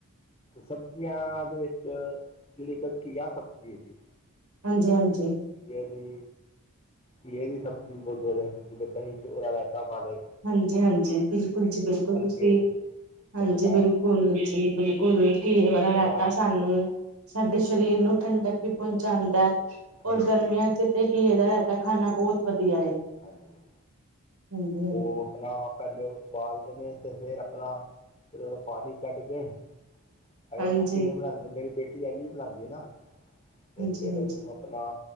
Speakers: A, on the left (about 25°); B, on the right (about 85°).
A: ਸਬਜ਼ੀਆਂ ਦੇ ਵਿੱਚ ਜਿਹੜੀ ਇੱਕ ਘੀਆ ਸਬਜ਼ੀ ਹੈਗੀ
B: ਹਾਂਜੀ ਹਾਂਜੀ
A: ਘੀਏ ਦੀ ਘੀਏ ਦੀ ਸਬਜ਼ੀ ਬਹੁਤ ਵਧੀਆ ਹੈਗੀ ਜਿਵੇਂ ਦਹੀਂ ਚੱ ਉਹਦਾ ਰਾਇਤਾ ਪਾ ਲਉ
B: ਹਾਂਜੀ ਹਾਂਜੀ ਬਿਲਕੁੱਲ ਜੀ ਬਿਲਕੁੱਲ ਤੁਸੀਂ
A: ਕੇ
B: ਹਾਂਜੀ
A: ਤੇ ਆਪਣਾ
B: ਬਿਲਕੁੱਲ ਜੀ ਬਿਲਕੁੱਲ ਨੇੜ ਤੋਂ ਹੇਗਾ ਰਾਸਤਾ
A: ਉਬਾਲ
B: ਸਾਨੂੰ ਸਾਡੇ ਸਰੀਰ ਨੂੰ ਠੰਡਕ ਵੀ ਪਹੁੰਚਾਉਂਦਾ ਹੈ
A: ਹਾਂਜੀ
B: ਔਰ ਗਰਮੀਆਂ ਚ ਤੇ ਘੀਏ ਦਾ ਰਾਇਤਾ ਖਾਣਾ ਬਹੁਤ ਵਧੀਆ ਹੈ
A: ਹਾਂਜੀ
B: ਹਾਂਜੀ
A: ਉਹ ਆਪਣਾ ਪਹਿਲੇ ਉਬਾਲਦੇ ਨੇ ਤੇ ਫਿਰ ਆਪਣਾ ਉਹਦਾ ਪਾਣੀ ਕੱਢ ਕੇ ਐਵੇਂ
B: ਹਾਂਜੀ,
A: ਕੀਵੇਂ ਬਣਾਉਂਦੀ ਮੇਰੀ ਬੇਟੀ ਯਾਨੀ ਬਣਾਉਂਦੀ ਨਾ ਤੇ
B: ਹਾਂਜੀ-ਹਾਂਜੀ,
A: ਫਿਰ
B: ਹਾਂਜੀ ਹਾਂਜੀ
A: ਉਹਨੂੰ ਆਪਣਾ